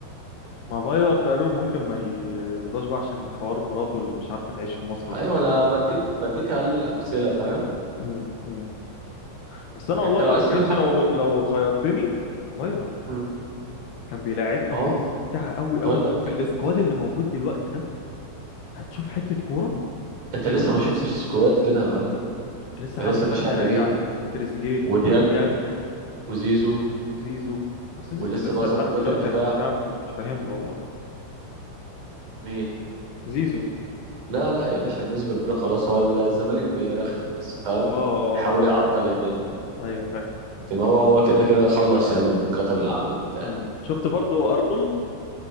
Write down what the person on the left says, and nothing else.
ما فايلر تقريبا ممكن ما يرضاش بقى عشان حوار مراته اللي مش عارفه تعيش في مصر
والحاجات
دي
امم امم بس انا
والله
بجد
لو لو خيرتني فايلر
كان بيلعبنا
كوره ممتعه قوي قوي
وبالسكواد
اللي موجود دلوقتي ده هتشوف حته كوره
لسه
حمدي
فتحي
راجع
وتريزيجيه
ديانج
وزيزو بس زيزو
لسه
لحد دلوقتي
انا مش فاهم مش فاهم له والله
زيزو
اه اه
آه، بيرخم
عليا
ايوه فاهم
مم. شفت برضو ارنولد